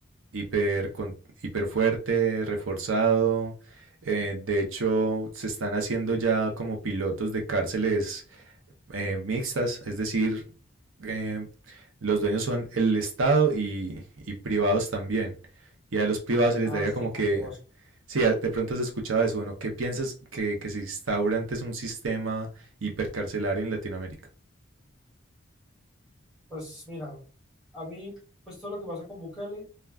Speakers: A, on the right; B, in the centre.
A: hiper, con- hiper fuerte, reforzado. Eh, de hecho, se están haciendo ya como pilotos de cárceles eh, mixtas, es decir, eh, los dueños son el Estado y, y privados también. Y a los privados se les
B: Ah,
A: daría
B: sí,
A: como
B: como
A: que,
B: negocio.
A: sí, a- de pronto has escuchado eso, bueno, ¿qué piensas que, que se instaura antes un sistema hipercarcelario en Latinoamérica?
B: Pues mira, a mí, pues todo lo que pasa con Bukele